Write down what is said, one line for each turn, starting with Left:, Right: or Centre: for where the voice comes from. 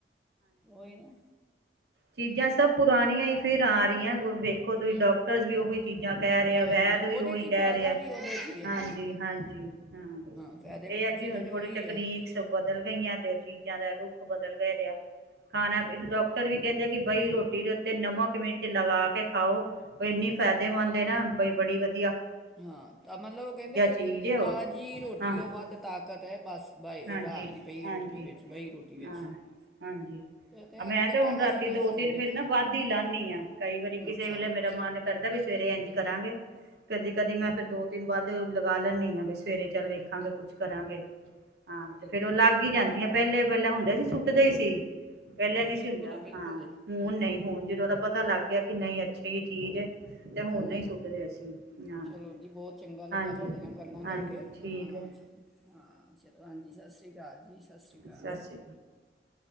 Centre: ਓਹੀ ਨਾ।
Right: ਚੀਜ਼ਾਂ ਸਭ ਪੁਰਾਣੀਆਂ ਹੀ ਫੇਰ ਆ ਰਹੀ ਆ ਵੇਖੋ ਤੁਸੀਂ ਡਾਕਟਰ ਵੀ ਉਹੀ ਚੀਜ਼ਾਂ ਕਹਿ ਰਿ ਵੈਦ
Centre: ਹਾਂ ਉਹਦੇ
Right: ਵੀ ਓਹੀ
Centre: 'ਚ ਹੀ
Right: ਕਹਿ
Centre: ਫਾਇਦਾ
Right: ਰਿਹਾ
Centre: ਵੀ ਉਹਦੇ 'ਚ ਹੀ ਹੈ
Right: ਹਾਂਜੀ
Centre: ਨਾ
Right: ਹਾਂਜੀ ਹਾਂ
Centre: ਫਾਇਦੇ
Right: ਇਹ
Centre: ਵਾਲੀਆਂ
Right: ਹੈ ਕਿ
Centre: ਚੀਜ਼ਾਂ
Right: ਹੁਣ
Centre: ਤੇ
Right: ਥੋੜੀ
Centre: ਉਹੀ
Right: ਤਕਨੀਕਸ
Centre: ਹੈ
Right: ਬਦਲ ਗਈਆਂ ਤੇ ਚੀਜ਼ਾਂ ਦਾ ਰੁ ਉਹ ਬਦਲ ਦਾ ਰਿਹਾ। ਖਾਣਾ ਪੀ ਡਾਕਟਰ ਵੀ ਕਹਿੰਦੇ ਆ ਕਿ ਬਈ ਰੋਟੀ ਦੇ ਉੱਤੇ ਨਮਕ ਮਿਰਚ ਲਗਾ ਕੇ ਖਾਓ ਉਹ ਇੰਨੀ ਫਾਇਦੇਮੰਦ ਹੈ ਨਾ ਬਈ ਬੜੀ ਵਧੀ
Centre: ਹਾਂ ਤਾਂ ਮਤਲਬ ਕਹਿੰਦੇ
Right: ਚੀਜ਼ ਹੈ
Centre: ਤਾਜ਼ੀ
Right: ਉਹ
Centre: ਰੋਟੀ
Right: ਹਾਂ
Centre: ਤੋਂ ਵੱਧ ਤਾਕਤ ਹੈ ਬੱਸ ਬ
Right: ਹਾਂਜੀ
Centre: ਰਾਤ ਦੀ ਪਈ
Right: ਹਾਂਜੀ
Centre: ਰੋਟੀ ਵਿੱਚ ਬਹੀ ਰੋਟੀ ਵਿੱਚ
Right: ਹਾਂ
Centre: ਤੇ
Right: ਹਾਂਜੀ
Centre: ਅੱਜ ਦੇ ਉਹ ਤੇ ਹੈ
Right: ਮੈਂ
Centre: ਜਿਦ੍ਹੇ
Right: ਹੁਣ ਰਾਤੀ
Centre: ਅਸੀਂ ਨਹੀਂ
Right: ਤੇ ਦੋ
Centre: ਸਮਝਦੇ
Right: ਤਿੰਨ ਫੇਰ ਨਾ ਵੱਧ ਹੀ ਲਾਦੀ ਆ ਕਈ ਵਾਰੀ ਕਿਸੇ
Centre: ਅੱਛਾ
Right: ਵੇਲੇ ਮੇਰਾ ਮਨ ਕਰਦਾ ਵੀ ਸਵੇਰੇ ਇੰਝ ਕਰਾਂਗੇ। ਕਦੀ ਕਦੀ ਮੈਂ ਫੇਰ ਦੋ ਤਿੰਨ ਬਾਅਦ ਲਗਾ ਲੈਂਦੀ ਹਾਂ ਵੀ ਸਵੇਰੇ ਚੱਲ ਵੇਖਾਂਗੇ ਕੁੱਛ ਕਰਾਂਗੇ ਹਾਂ ਤੇ ਫੇਰ ਉਹ ਲੱਗ ਹੀ ਈ ਜਾਂਦੀਆਂ। ਪਹਿਲੇ ਪਹਿਲੇ ਹੁੰਦੇ ਸੀ ਸੁੱਟਦੇ ਹੀ ਸੀ। ਪਹਿਲਾਂ ਨਹੀਂ
Centre: ਬਿਲਕੁਲ
Right: ਸੀ ਹੁੰਦਾ।
Centre: ਬਿਲਕੁਲ।
Right: ਹਾਂ ਹੁਣ ਨਹੀਂ ਹੁਣ ਜਦੋਂ ਉਹਦਾ ਪਤਾ ਲੱਗ ਗਿਆ ਕਿ ਨਹੀਂ ਅੱਛੀ ਇਹ ਚੀਜ਼ ਹੈ। ਤੇ ਹੁਣ
Centre: ਹੂ
Right: ਨਹੀਂ ਸੁੱਟਦੇ ਅਸੀਂ ਹਾਂ
Centre: ਚਲੋ ਜੀ ਬਹੁਤ ਚੰਗਾ ਲੱਗਾ
Right: ਹਾਂਜੀ
Centre: ਤੁਹਾਡੇ ਨਾਲ ਗੱਲਾਂ
Right: ਹਾਂਜੀ
Centre: ਕਰਕੇ,
Right: ਠੀਕ
Centre: ਹਾਂ
Right: ਹੈ
Centre: ਚ ਹਾਂ ਚਲੋ ਹਾਂਜੀ ਸਤਿ ਸ਼੍ਰੀ ਅਕਾਲ ਜੀ ਸਤਿ ਸ਼੍ਰੀ ਅਕਾਲ।
Right: ਸਤਿ ਸ਼੍ਰੀ